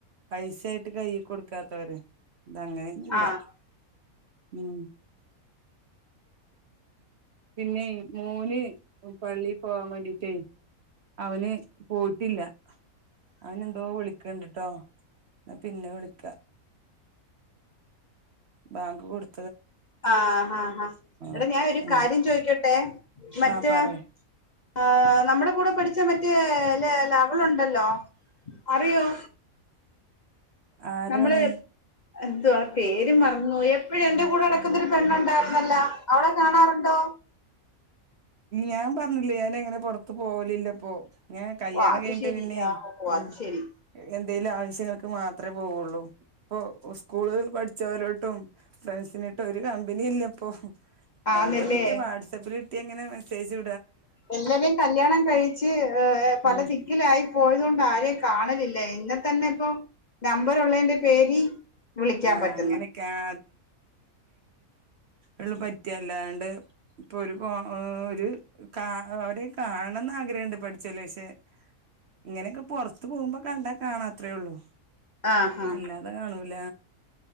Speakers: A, on the right; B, on the left.
A: പൈസയായിട്ട് കൈയിൽ കൊടുക്കാത്തവര്. ഇതങ്ങനെയോന്നുല്ല.
B: ആഹ്
A: ഉം പിന്നെ മോന് പള്ളി പോവാൻ വേണ്ടിട്ടേ അവന് പോയിട്ടില്ല അവനെന്തോ വിളിക്ക്ണ്ട്ട്ടോ എന്നാ പിന്നെ വിളിക്കാ ബാങ്ക് കൊട്
B: ആ ആ ആ എടാ
A: ഓക്കെ
B: ഞാൻ ഒരു
A: ആ
B: കാര്യം ചോയിക്കട്ടെ മറ്റേ
A: ആ പറയ്
B: ആ നമ്മുടെ കൂടെ പഠിച്ച മറ്റേ ലേ ലവളുണ്ടല്ലോ അറിയോ
A: ആരാണ്
B: നമ്മള് എന്തുവാ ആ പേരും മറന്നുപോയി എപ്പോഴും എൻ്റെ കൂടെ നടക്കുന്നൊരു പെണ്ണുണ്ടായിരുന്നല്ലോ അവളെ കാണാറുണ്ടോ?
A: ഞാൻ പറഞ്ഞില്ലേ ഞാൻ അങ്ങനെ പൊറത്ത് പോവലില്ലപ്പോ ഞാ കല്യാണം
B: ഓ അത്
A: കഴിഞ്ഞിട്ട്
B: ശരിയാ
A: പിന്നെ
B: ഓ
A: ഉം
B: അത് ശരി
A: എന്തേലും ആവശ്യങ്ങൾക്ക് മാത്ര പോവുള്ളൂ ഇപ്പൊ സ്കൂളിൽ പഠിച്ചവരോട്ടും ഫ്രണ്ട്സിനട്ടും ഒരു കമ്പനി ഇല്ലപ്പോ
B: ആന്നല്ലേ
A: നമ്പർ കിട്ടിയ വാട്സ്ആപ്പിൽ ഇട്ടി എങ്ങനെ മെസ്സേജു
B: എല്ലരെയും കല്യാണം കഴിച്ച് പല
A: ഉം
B: ദിക്കിലായി പോയത് കൊണ്ട് ആരെയൊക്കെ കാണലില്ലേ ഇന്നലെ തന്നെ ഇപ്പോ നമ്പറുള്ളതിന്റെ പേര് വിളിക്കാൻ
A: ആഹ്
B: പറ്റുന്നു
A: അങ്ങനെയൊക്കെ ആ ഉളൂ പറ്റ അല്ലാണ്ട് ഇപ്പൊ ഒരു ഒരു കാഅവരെ കാണണംന്ന് ആഗ്രഹണ്ട് പഠിച്ചോലെ പക്ഷെ ഇങ്ങനെയൊക്കെ പുറത്ത് പോവുമ്പൊ കണ്ടാ കാണാ അത്രേ ഉള്ളു
B: ആ ആ
A: അല്ലാതെ കാണൂല